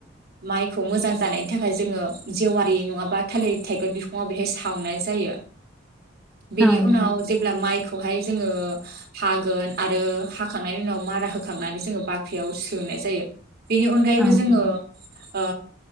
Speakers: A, on the right (about 55°); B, in the centre.
A: माइ खौ मोजां जानायनि थाखाय जोङो जेवारि नङाबा थालिर थाइगेर बिफुाव बेहाय सावनाय जायो बेनि
B: नोंथां
A: उनाव
B: औ
A: जेब्ला माइखौहाय जोङो हागोन आरो हाखांनायनि उनाव मारा होखांनानै जोङो बाख्रियाव सोनाय जायो। बेनि अनगायैबो
B: नोंथां
A: जोङो ओ